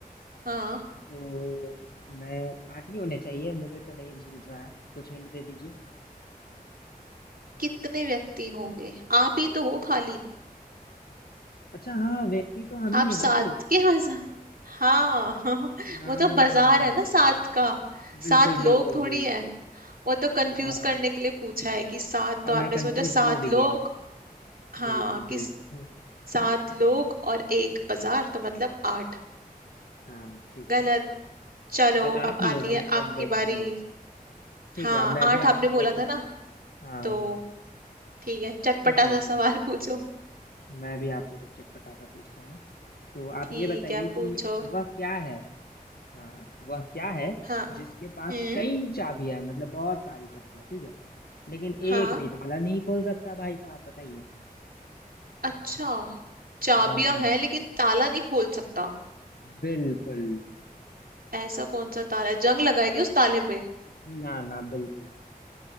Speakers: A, on the right (about 70°); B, on the left (about 75°).
A: हाँ
B: तो मैं आठ ही होने चाहिए मुझे तो नहीं सूझ रहा है कुछ हिंट दे दीजिए
A: कितने व्यक्ति होंगे आप ही तो हो खाली
B: अच्छा हाँ व्यक्ति तो हम
A: आप
B: ही है
A: सात
B: ना सिर्फ
A: के बाजार हाँ <laughs>
B: हाँ
A: वो तो बाजार है ना सात का
B: बिल्कुल
A: सात लोग
B: बिल्कुल
A: थोड़ी
B: बिल्कुल
A: है वो तो कंफ्यूज
B: हाँ
A: करने के लिए पूछा है कि सात
B: और
A: तो आपने
B: मैं कंफ्यूज
A: सोचा सात
B: हो भी
A: लोग
B: गया
A: हाँ
B: बिल्कुल
A: कि
B: बिल्कुल <laughs>
A: सात लोग और एक बाजार तो मतलब आठ
B: हाँ ठीक
A: गलत
B: है
A: चलो
B: गल आठ
A: अब
B: नहीं
A: आती
B: होगा
A: है
B: मतलब
A: आपकी
B: व्यक्ति
A: बारी
B: होगा ठीक
A: हाँ
B: है अब मैं
A: आठ
B: भी आपसे
A: आपने बोला
B: कुछ
A: था ना
B: हाँ
A: तो ठीक है चटपटा
B: ठीक है
A: सा सवाल <laughs> पूछो
B: मैं भी आपसे कुछ चटपटा सा पूछता हूँ तो आप
A: ठीक
B: ये बताइए
A: है
B: कि
A: पूछो
B: वह क्या है हाँ वह क्या है
A: हाँ
B: जिसके पास
A: हम्म
B: कई चाबियां हैं मतलब बहुत सारी चाबियां ठीक है लेकिन
A: हाँ
B: एक भी ताला नहीं खोल सकता भाई साहब बताइए
A: अच्छा चाबियां
B: हाँ
A: हैं लेकिन ताला नहीं खोल सकता
B: बिल्कुल
A: ऐसा कौन सा ताला है जंग लगाएगी उस ताले पे
B: ना ना बिल्कुल नहीं